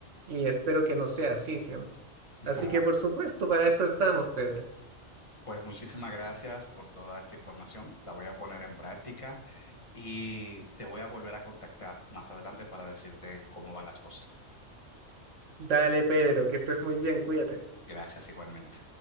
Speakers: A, on the right; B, on the left.
A: Y espero que no sea así siempre.
B: <laughs>
A: Así que por supuesto, para eso estamos, Pedro.
B: pues muchísimas gracias por toda esta información. La voy a poner en práctica y te voy a volver a contactar más adelante para decirte cómo van las cosas.
A: Dale, Pedro, que estés muy bien, cuídate.
B: Gracias igualmente.